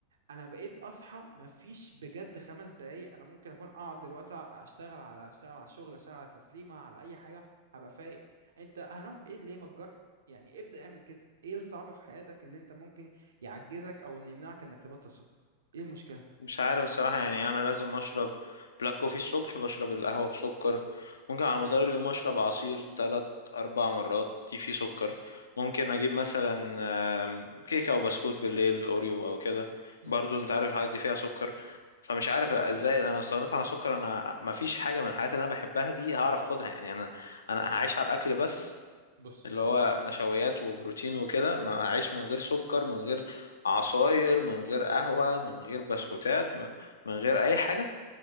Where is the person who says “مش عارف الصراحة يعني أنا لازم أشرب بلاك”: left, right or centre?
Left